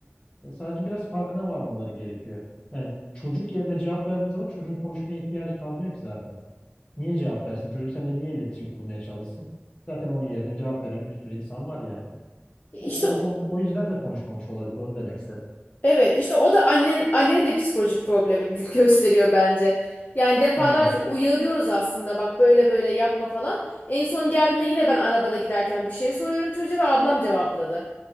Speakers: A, on the left; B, on the left.
A: E, sadece biraz farkına varmaları gerekiyor. Yani çocuk yerine cevap verdiğin zaman çocuğun konuşmaya ihtiyacı kalmıyor ki zaten. Niye cevap versin? Çocuk seninle niye iletişim kurmaya çalışsın? Zaten onun yerine cevap veren bir sürü insan var yani.
B: İşte
A: O, o, o, o yüzden de konuşmamış olabilir. Onu demek istedim.
B: evet işte o da annen, annenin de psikolojik problemi <laughs> gösteriyor bence. Yani defalarca
A: Aynen.
B: uyarıyoruz aslında bak böyle böyle yapma falan. En son geldiğinde yine ben arabada giderken bir şey soruyorum çocuğa ve ablam cevapladı.